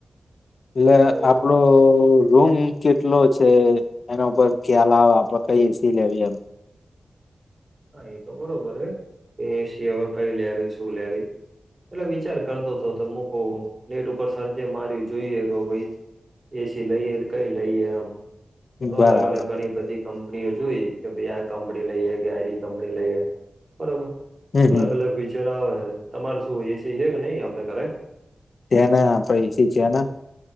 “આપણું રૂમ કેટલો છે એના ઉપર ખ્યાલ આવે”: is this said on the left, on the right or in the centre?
Left